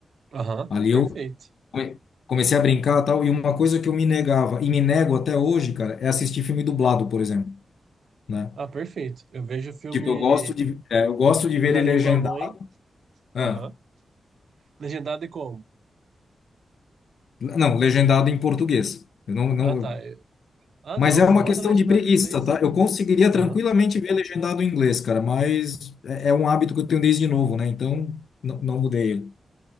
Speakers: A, on the right (about 70°); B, on the left (about 80°).
A: Aham,
B: Ali
A: perfeito.
B: eu come- comecei a brincar e tal, e uma coisa que eu me negava, e me nego até hoje, cara, é assistir filme dublado, por exemplo, né?
A: Ah, perfeito. Eu vejo filme
B: Tipo, eu gosto de, é, eu gosto de ver
A: na
B: ele
A: língua
B: legendado.
A: mãe,
B: Ah,
A: aham. Legendado e como?
B: não, legendado em português. Eu não, não,
A: Ah, tá. Eu- Ah,
B: Mas
A: não,
B: é uma
A: bota
B: questão
A: legendado
B: de preguiça,
A: em inglês.
B: tá? Eu conseguiria
A: Aham.
B: tranquilamente ver legendado em inglês, cara, mas é é um hábito que eu tenho desde novo, né? Então, não, não mudei ele.